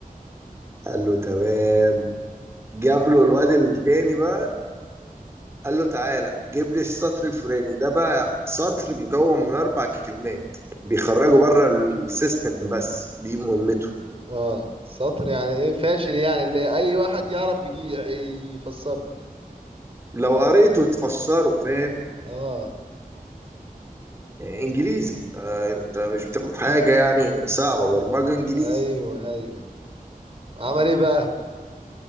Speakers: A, on the right; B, on the right.
A: قال له تمام جاب له الواد التاني بقى قال له تعالى جيب لي السطر الفلاني ده بقى سطر مكون من اربع كلمات بيخرجوا بره السيستم بس دي مهمته
B: اه سطر يعني ايه فاشل يعني اللي اي واحد يعرف يجي يفسره
A: لو قريته تفسره فاهم
B: اه
A: يعني انجليزي آه انت مش بتاخد حاجه يعني صعبه برمجه انجليزي
B: ايوه ايوه عمل ايه بقى